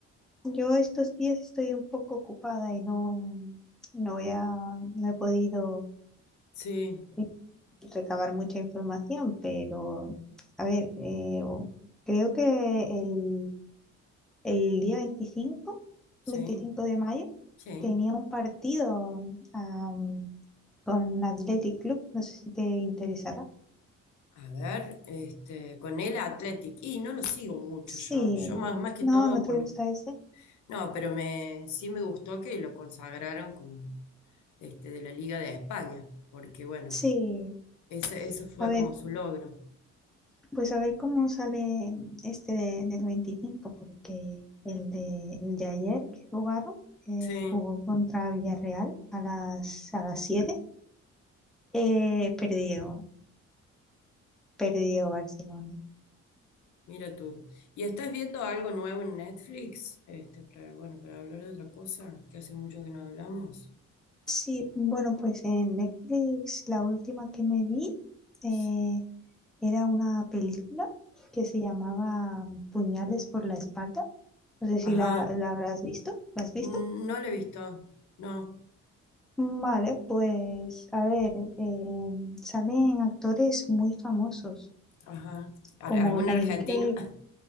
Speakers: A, in the centre; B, on the left.
A: yo estos días estoy un poco ocupada y no, no voy a, no he podido
B: Sí,
A: eh, recabar mucha información, pero a ver, eh, creo que el El día veinticinco
B: sí,
A: 25 de mayo,
B: sí.
A: tenía un partido am, con Athletic Club, no sé si te interesará.
B: A ver, este, con el Athletic. Y no lo sigo mucho
A: Sí,
B: yo. Yo más, más que
A: no,
B: todo
A: no te
B: por
A: gusta
B: los.
A: ese.
B: No, pero me, sí me gustó que lo consagraron como este, de la Liga de España, porque bueno,
A: Sí,
B: eso, eso fue
A: a ver,
B: como su logro.
A: pues a ver cómo sale este de- del veinticinco porque el de, el de ayer que jugaron, eh,
B: Sí,
A: jugó contra Villarreal a las, a las siete eh, perdió, perdió Barcelona.
B: mira tú. ¿Y estás viendo algo nuevo en Netflix? Este, para, bueno, para hablar de otra cosa, que hace mucho que no hablamos.
A: Sí, bueno, pues en Netflix la última que me vi eh,
B: Sí.
A: era una película que se llamaba Puñales por la espalda. No sé
B: Ajá,
A: si la, la habrás visto. ¿La has visto?
B: N- no lo he visto. No,
A: Vale, pues a ver, eh, salen actores muy famosos
B: ajá. Ar-
A: como
B: ¿Algún
A: Daniel
B: argentino?
A: Craig.